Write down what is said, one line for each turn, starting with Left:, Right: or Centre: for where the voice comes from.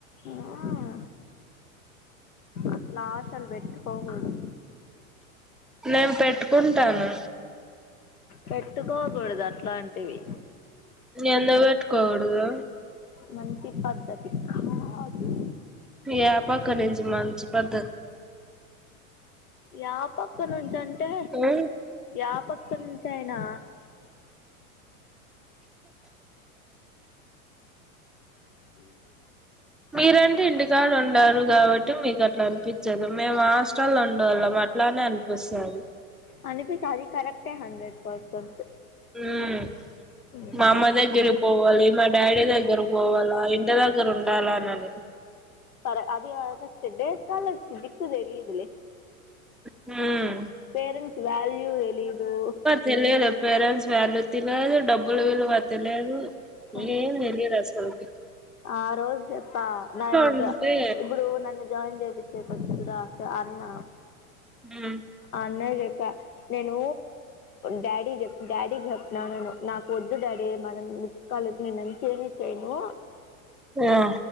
Left: ఆ అట్లా ఆశలు పెట్టుకోకూడదు
Centre: నేను పెట్టుకుంటాను
Left: పెట్టుకోకూడదు అట్లాంటివి
Centre: ఎందుకు పెట్టుకోకూడదు
Left: మంచి పద్ధతి కాదు
Centre: ఏ పక్కనించి మంచి పద్ధతి
Left: యా పక్క నుంచి అంటే
Centre: మ్
Left: యా పక్క నుంచి అయినా మ్
Centre: మీరంటే ఇంటికాడ ఉండరు కాబట్టి మీకు అట్లా అనిపించదు మేమ హా స్టలో ఉండాల అట్లానే అనిపిస్తది
Left: అనిపి అది కరెక్టే హండ్రెడ్ పర్సెంట్
Centre: హ్మ్
Left: పోడె
Centre: మా అమ్మ దగ్గర పోవాలి మా డాడీ దగ్గర పోవాల ఇంటి దగ్గర ఉండాలా అనని
Left: సరే అది తెడ్డేస్తాలే దిక్కు తెలిదులే
Centre: అని
Left: పేరెంట్స్ వాల్యూ తెలిదు
Centre: తెలిదు పేరెంట్స్ వాల్యూ తిలాదు డబ్బులు విలువ తెలెదు
Left: ఆ,
Centre: ఏం తెలియదు అస్సలకి
Left: ఆ రోజు చెప్పా నయిచ్చ
Centre: ఉంటే
Left: ఇప్పుడు నన్ను జాయిన్ జేపించే ఫస్టు రాక అన్న
Centre: హ్మ్
Left: అన్నే జెప్ప నేను డాడీ చెప్ డాడీ చెప్పిన నేను నాకు వద్దు డాడీ మదను కాలే నిన్న నుంచి ఏమి చెయిను
Centre: ఆ